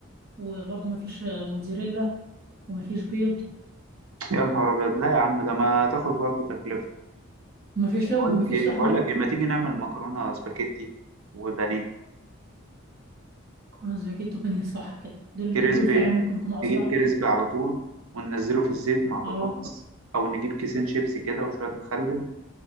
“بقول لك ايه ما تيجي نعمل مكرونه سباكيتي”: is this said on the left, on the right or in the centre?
Right